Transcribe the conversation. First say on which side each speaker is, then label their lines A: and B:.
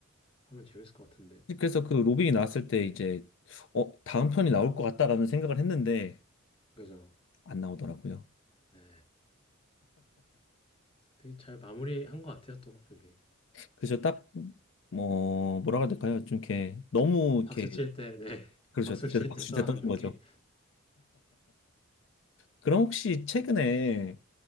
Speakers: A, on the left; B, on the left.
A: 하면 재밌을 것 같은데.
B: 그래서 그 로빈이 나왔을 때 이제 어 다음 편이 나올 것 같다라는 생각을 했는데
A: 그죠?
B: 안 나오더라고요.
A: 네. 되게 잘 마무리한 것 같아요, 또, 그게.
B: 그래서 딱, 뭐,
A: 네.
B: 뭐라 그래야 될까요? 좀 이렇게, 너무 이렇게,
A: 박수 칠 때, 네. <laughs>
B: 그렇죠.
A: 박수
B: 그래도
A: 칠
B: 박수칠
A: 때 떠나는
B: 때 떠는
A: 느낌.
B: 거죠. 그럼 혹시 최근에